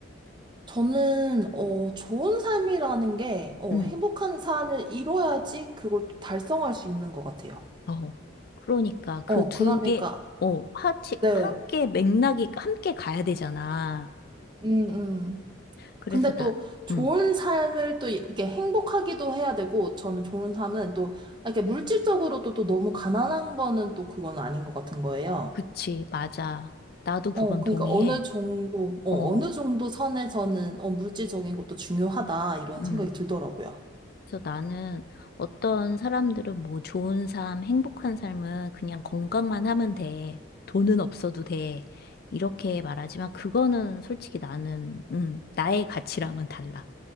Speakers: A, on the right (about 20°); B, on the left (about 50°).
A: 저는, 어, 좋은 삶이라는 게, 어,
B: 음,
A: 행복한 삶을 이뤄야지 그걸 또 달성할 수 있는 것 같아요.
B: 어. 그러니까 그
A: 어,
B: 두
A: 그러니까,
B: 개, 어, 하치,
A: 네.
B: 함께 맥락이 함께 가야 되잖아.
A: 음, 음.
B: 그래서
A: 근데
B: 나,
A: 또 좋은
B: 음,
A: 삶을 또 이렇게 행복하기도 해야 되고, 저는 좋은 삶은 또, 이렇게 물질적으로도 또 너무 가난한 거는 또 그건 아닌 것 같은 거예요.
B: 그치, 맞아. 나도 그건
A: 어, 그러니까
B: 동의해.
A: 어느 정도, 어,
B: 어,
A: 어느 정도 선에서는, 어, 물질적인 것도 중요하다, 이런
B: 음.
A: 생각이 들더라고요.
B: 그래서 나는 어떤 사람들은 뭐 좋은 삶, 행복한 삶은 그냥 건강만 하면 돼. 돈은 없어도 돼. 이렇게 말하지만 그거는 솔직히 나는, 음, 나의 가치랑은 달라.